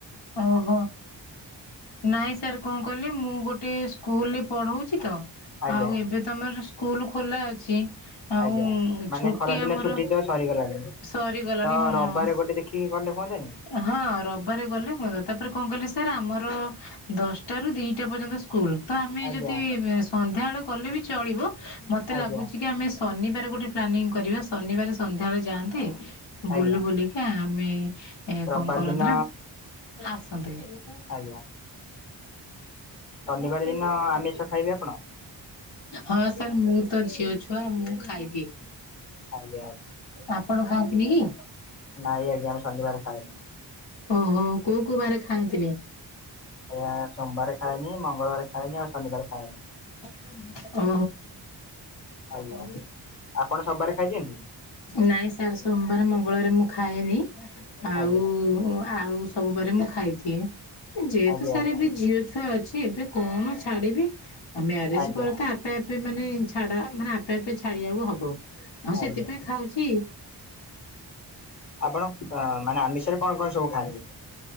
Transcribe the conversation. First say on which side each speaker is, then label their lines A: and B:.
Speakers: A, on the left (about 65°); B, on the left (about 30°).
A: ଓହୋ ନାଇଁ ସାର୍ କଣ କଲି ମୁଁ ଗୋଟେ ସ୍କୁଲ ରେ ପଢଉଛି ତ
B: ଆଜ୍ଞା
A: ଆଉ ଏବେ ତ ଆମର ସ୍କୁଲ ଖୋଲା ଅଛି ଆଉ
B: ଆଜ୍ଞା ମାନେ
A: ଛୁଟି
B: ଖରା ଦିନ
A: ଆମର
B: ଛୁଟି ତ ସରିଗଲାଣି
A: ସରି ଗଲାଣି
B: ତ
A: ହଁ
B: ରବିବାର
A: ସ
B: ଗୋଟେ ଦେଖିକି ଗଲେ ହୁଅନ୍ତାନି?
A: ହଁ ରବବାରେ ଗଲେ ହୁଅନ୍ତା ତାପରେ କଣ କହିଲି ସାର୍ ଆମର ଦଶଟା ରୁ ଦିଟା ପର୍ଯ୍ୟନ୍ତ ସ୍କୁ ଲ ଆମେ
B: ଆଜ୍ଞା
A: ଯଦି ସନ୍ଧ୍ୟାବେଳେ ଗଲେ ବି ଚଳିବ ମତେ
B: ଆଜ୍ଞା
A: ଲାଗୁଛି କି ଆମେ ଶନିବାର ଗୋଟେ ପ୍ଲାନିଂ କରିବା ଶନିବାର ସନ୍ଧ୍ୟାବେଳେ ଯାଆନ୍ତେ
B: ଆଜ୍ଞା
A: ବୁଲି ବୁଲିକି ଆମେ ଏ
B: ରବିବାର
A: କଣ କରନ୍ତି
B: ଦିନ
A: ନା ଆସନ୍ତେ ହୁଁ
B: ଆଜ୍ଞା ଶନିବାର
A: ଆପଣ ସେଇଭଳି
B: ଦିନ
A: ଧରନ୍ତି
B: ଆମିଷ ଖାଇବେ ଆପଣ?
A: ହଁ ସାର୍ ମୁଁ ତ ଝିଅ ଛୁଆ ମୁଁ ଖାଇଦିଏ
B: ଆଜ୍ଞା ଆଜ୍ଞା
A: ଆପ ଆପଣ ଖାଆନ୍ତିନି କି?
B: ନାଇଁ ଆଜ୍ଞା ମୁଁ ଶନିବାର ଖାଇନି
A: ଓହୋ କୋଉ କୋଉ ବାାରେ ଖାଆନ୍ତିନି?
B: ଆଜ୍ଞା ସୋମବାର ଖାଏନି ମଙ୍ଗଳବାର ଖାଏନି ଆଉ ଶନିବାର ଖାଏନି
A: <unintelligible> ଓୋ
B: ଆଜ୍ଞା
A: ହୋ
B: ଆପଣ ସୋମବାର ଖାଇଦିଅନ୍ତି?
A: ନାଇଁ ସା ସାର୍ ସୋମବାର ମଙ୍ଗଳାରେ ମୁଁ ଖାଏନି ଆଉ
B: ଆଜ୍ଞା
A: ଆଉ ସବୁ ବାରେ ମୁଁ ଖାଇଦିଏ ଯେହେତୁ
B: ଆଜ୍ଞା
A: ସାରା
B: ଆଜ୍ଞା
A: ଏବେ ଝିଅ ଛୁଆ ଅଛ ଛି ଏବେ କଣ ଛାଡିବି ଆଉ ମ୍ୟାରେଜ
B: ଆଜ୍ଞା
A: ପରେ ତ ଆପେ ଆପେ ମାନେ ଛାଡା ମାନେ ଆ ଏବେ ଛାଡିବାକୁ ହବ ଆଉ
B: ଆଜ୍ଞା
A: ସେଥିପାଇଁ ଖାଉଛି
B: ଆପଣ କଣ ମା ରେ କଣ କଣ ସବୁ ଖାଆନ୍ତି?